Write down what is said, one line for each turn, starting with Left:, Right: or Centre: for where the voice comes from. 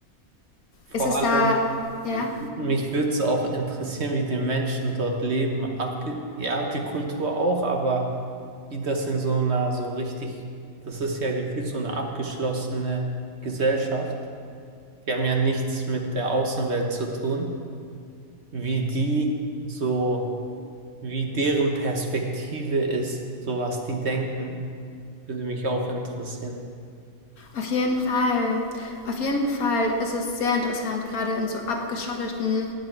Right: Vor
Left: Ist es da,
Right: allem.
Left: ja,
Right: Mich würde es auch interessieren, wie die Menschen dort leben. Abge ja, die Kultur auch, aber wie das in so einer so richtig, das ist ja gefühlt so eine abgeschlossene Gesellschaft. Die haben ja nichts mit der Außenwelt zu tun. Wie die so, wie deren Perspektive ist, so was die denken, würde mich auch interessieren.
Left: auf jeden Fall. Auf jeden Fall ist es sehr interessant, gerade in so abgeschotteten